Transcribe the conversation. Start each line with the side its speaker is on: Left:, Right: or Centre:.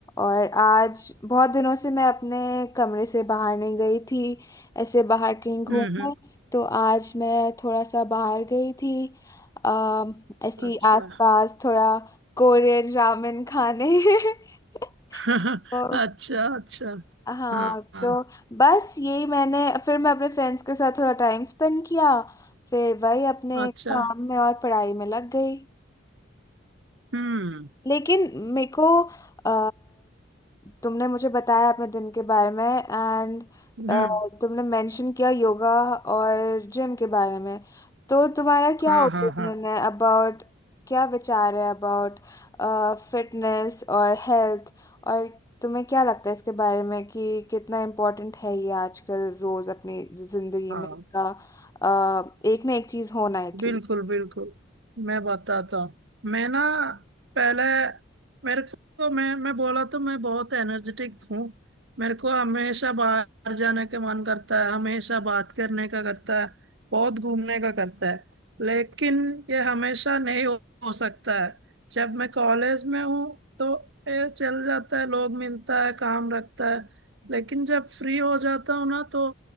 Left: और आज बहुत दिनों से मैं अपने कमरे से बाहर नहीं गई थी ऐसे बाहर कहीं घूमने
Right: हम्म हम्म,
Left: तो आज मैं थोड़ा सा बाहर गई थी अम, ऐसी
Right: अच्छा
Left: आसपास थोड़ा कोरियन रामेन खाने <laughs>
Right: <laughs>
Left: तो
Right: अच्छा अच्छा
Left: हाँ
Right: हाँ हाँ,
Left: तो बस यही मैंने फिर मैं अपने फ्रेंड्स के साथ थोड़ा टाइम स्पेंड किया फिर वही अपने
Right: अच्छा
Left: काम में और पढ़ाई में लग गई
Right: हम्म
Left: लेकिन मेरे को अ, तुमने मुझे बताया अपने दिन के बारे में एंड
Right: हम्म
Left: तुमने मेंशन किया योगा और जिम के बारे में तो तुम्हारा क्या
Right: हाँ
Left: ओपिनियन
Right: हाँ हाँ
Left: है अबाउट क्या विचार है अबाउट फिटनेस और हेल्थ और तुम्हें क्या लगता है इसके बारे में कि कितना इम्पोर्टेंट है ये आजकल रोज अपनी जिंदगी
Right: हाँ
Left: में इसका अ, एक ना एक चीज होना एटलीस्ट
Right: बिल्कुल बिल्कुल मैं बताता हूँ मैं ना पहले मेरे को मैं मैं बोला तो मैं बहुत एनर्जेटिक हूँ मेरे को हमेशा बाहर जाने का मन करता है हमेशा बात करने का करता है बहुत घूमने का करता है लेकिन ये हमेशा नहीं हो, हो सकता है जब मैं कॉलेज में हूँ तो ये चल जाता है लोग मिलता है काम रखता है लेकिन जब फ्री हो जाता हूँ ना तो